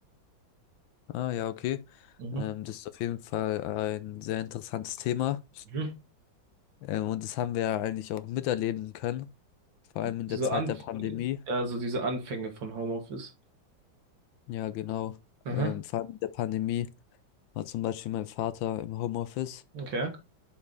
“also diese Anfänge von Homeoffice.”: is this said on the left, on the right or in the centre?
Right